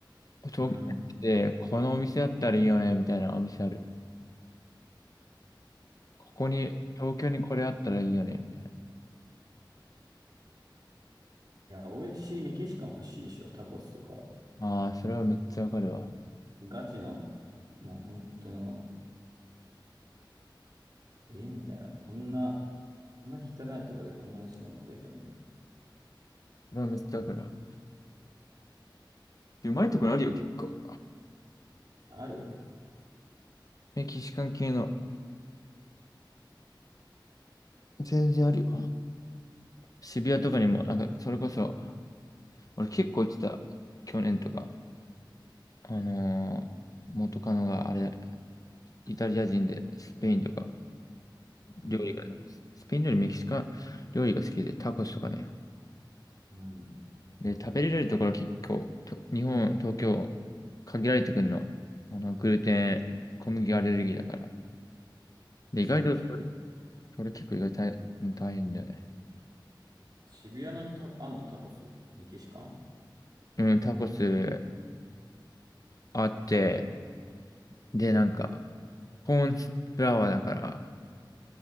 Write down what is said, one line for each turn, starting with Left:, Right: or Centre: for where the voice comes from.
Left: 東京に来て、
Right: うん。い
Left: このお店あったらいいよね、みたいなお店ある。ここに、東京にこれあったらいいよね、みたい
Right: や、美味しいメキシカン欲しいでしょ。タコスとか。
Left: な。ああ、それはめっちゃわかるわ。
Right: ガチの、もう本当の、えみたいな。こんな、こんな汚いとこでこんな美味しいもん食えんのみたいな。
Left: それはめっちゃわかるわ。でうまいところあるよ、結構。
Right: ある
Left: メキシカン系の。全然あるよ。渋谷とかにも、なんか、それこそ、俺結構言ってた、去年とか。あのー元カノがあれ、イタリア人で、スペインとか、
Right: うんうん。
Left: 料理が、スペイン料理、メキシカン料理が好きで、タコスとかね。
Right: うん
Left: で、食べれるところ結構、と日本、東京、限られてくんの。あの、グルテン、小麦アレルギーだから。で、
Right: それき、
Left: 意外と、それそれ結構意外と大変大変だよね。
Right: 渋谷のにタ、あんのタコス。メキシカン。
Left: うん、タコスあって、で、なんか、コーンフラワーだから、